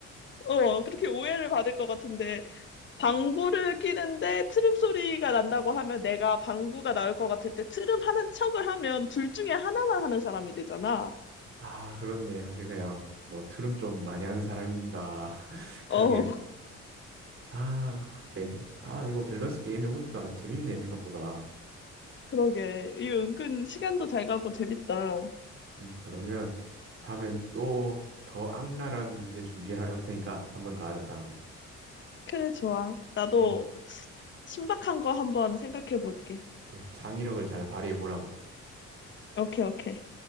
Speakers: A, on the left; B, on the right.
A: <laughs> 어, 그렇게 오해를 받을 것 같은데 방구를 끼는데 트름 소리가 난다고 하면 내가 방구가 나올 것 같을 때 트름 하는 척을 하면 둘 중에 하나만 하는 사람이 되잖아.
B: 아, 그렇네. 확실히 그냥 뭐 트름 좀 많이 하는 사람인가. <laughs> 그러게.
A: 어, <laughs>
B: 아, 이 아, 이거 밸런스 게임 해보니까 재밌네, 생각보다.
A: 그러게. 이 은근 시간도 잘 가고 재밌다.
B: 음, 그러면 다음엔 또 더 악랄한 문제 준비해 올 테니까 한번 더 하자, 다음에.
A: 그래, 좋아. 나도
B: 그래.
A: 신박한 거 한번 생각해 볼게.
B: 이제 창의력을 잘 발휘해 보라고.
A: 오케이, 오케이.